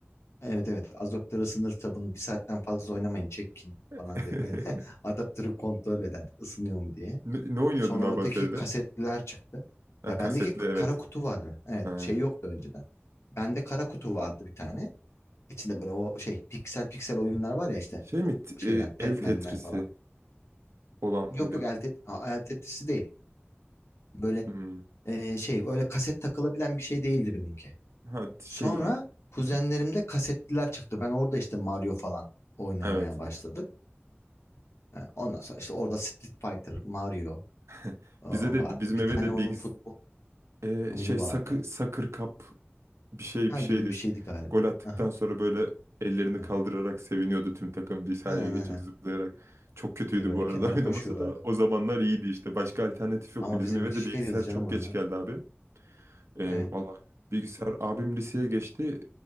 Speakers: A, on the left; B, on the right.
A: Evet evet adaptörü ısınır kitabını bir saatten fazla oynamayın çekin
B: <laughs>
A: falan diye böyle <laughs> adaptörü kontrol ederdik ısınıyor mu diye.
B: Ne, ne oynuyordun
A: Sonra
B: abi
A: öteki
B: Atari'de?
A: kasetliler çıktı.
B: Ha,
A: Ya
B: kasetli
A: bendeki k-
B: evet.
A: kara kutu vardı. Evet
B: Ha.
A: şey yoktu önceden. Bende kara kutu vardı bir tane. İçinde böyle o şey piksel piksel oyunlar var ya işte
B: Şey mi?
A: o
B: t-
A: şeyler
B: e,
A: Pac-Man'ler
B: el Tetris'i
A: falan.
B: olan
A: Yok
B: mıydı?
A: yok el, tet- a- el Tetris'i değil. Böyle
B: Hmm.
A: e, şey öyle kaset takılabilen bir şey değildi benimki.
B: Ha şey
A: Sonra kuzenlerimde
B: Hı.
A: kasetliler çıktı. Ben orada işte Mario falan oynamaya
B: evet.
A: başladık. Ha, Ondan sonra işte orada Street Fighter, Mario
B: <laughs>
A: e, vardı.
B: Bize de bizim
A: Bir
B: eve
A: tane
B: de
A: onun
B: bilgis
A: futbol
B: e,
A: oyunu
B: şey sakı
A: vardı.
B: sakır kap bir şey
A: Ha
B: bir şeydi.
A: gibi bir şeydi galiba.
B: Gol attıktan
A: Aha,
B: sonra böyle ellerini
A: evet.
B: kaldırarak seviniyordu tüm takım bir sahaya
A: Aynen
B: geçip
A: aynen.
B: zıplayarak. Çok kötüydü
A: Diye böyle
B: bu arada
A: kenara
B: <laughs> oynaması
A: koşuyorlardı.
B: da o zamanlar iyiydi işte. Başka alternatif yoktu.
A: Ama
B: Bizim
A: bize
B: eve
A: müthiş
B: de bilgisayar
A: geliyordu canım
B: çok
A: onlar.
B: geç geldi abi. Ee,
A: Evet.
B: valla bilgisayar abim liseye geçti.